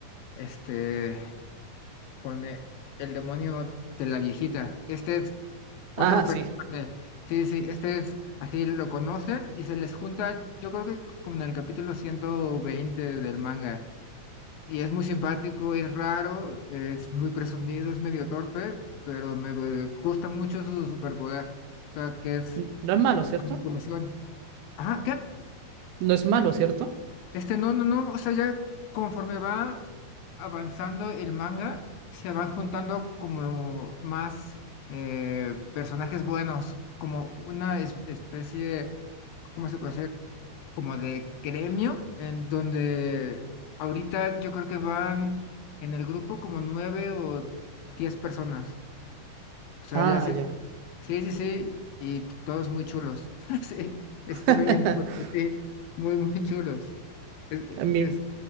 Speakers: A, on the left (about 75°); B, on the right (about 85°).
A: este, con e- el, demonio de la viejita. Este es otro
B: Ah,
A: personaje.
B: sí.
A: Sí, sí, este es, así lo conocen y se les junta, yo creo que como en el capítulo 120 del manga y es muy simpático, es raro, es muy presumido, es medio torpe, pero me eh, gusta mucho su superpoder. O sea, que es
B: N- No es malo, ¿cierto?
A: manipulación. Ajá, ¿qué?
B: No es malo, ¿cierto?
A: Este, no, no, no. O sea, ya conforme va avanzando el manga, se van juntando como más eh, personajes buenos, como una es- especie, ¿cómo se puede hacer? como de gremio, en donde ahorita yo creo que van en el grupo como nueve o diez personas. O sea,
B: Ah,
A: ya sé,
B: ya.
A: sí, sí, sí, y t- todos muy chulos. <laughs> Sí, está
B: <laughs>
A: bien fuerte, sí, muy, muy chulos. Es,
B: Mi,
A: es-